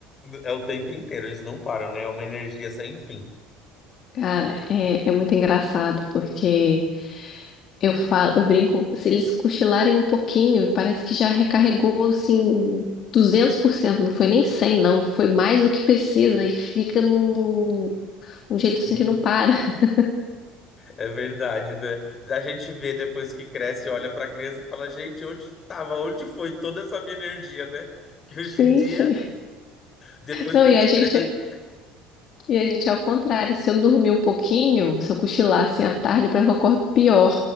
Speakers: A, on the left; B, on the left.
A: é o tempo inteiro, eles não param, né? É uma energia sem fim.
B: Cara, é, é muito engraçado porque eu falo, eu brinco, se eles cochilarem um pouquinho, parece que já recarregou assim duzentos por cento não foi nem cem não, foi mais do que precisa e fica num. um jeito
A: Se
B: assim que não para. <laughs>
A: É verdade, né? A gente vê depois que cresce, olha pra criança e fala, gente, onde estava? Onde foi toda essa minha energia, né? Que hoje
B: Sim,
A: em dia,
B: sim.
A: depois
B: Não,
A: que
B: e
A: a gente
B: a gente,
A: cresce, a gente
B: e a gente é ao contrário. Se eu dormir um pouquinho, se eu cochilar assim à tarde, parece que eu acordo pior,